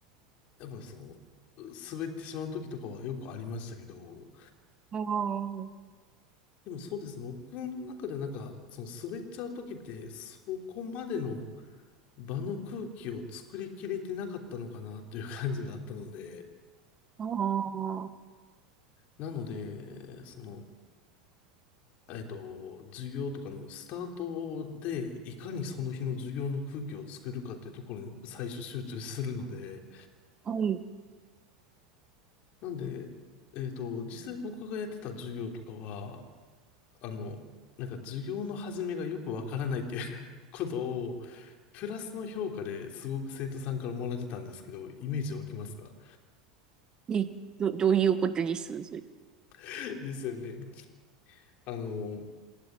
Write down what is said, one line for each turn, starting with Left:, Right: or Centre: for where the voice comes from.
Left: やっぱその、滑ってしまう時とかはよくありましたけど、
Right: あー
Left: でもそうですね。僕の中ではなんか、その滑っちゃう時って、そこまでの場の空気を作りきれてなかったのかなっていう感じがあったので、
Right: あー
Left: なので、その、えっと、授業とかのスタートで、いかにその日の授業の空気を作るかっていうところに僕最初集中するので、
Right: はい
Left: なんで、えっと、実際僕がやってた授業とかは、あの、なんか授業の始めがよくわからないっていう <laughs> ことを、プラスの評価ですごく生徒さんからもらってたんですけど、イメージ湧きますか
Right: え、ど、どういうことですそれん
Left: <laughs> ですよね。あの、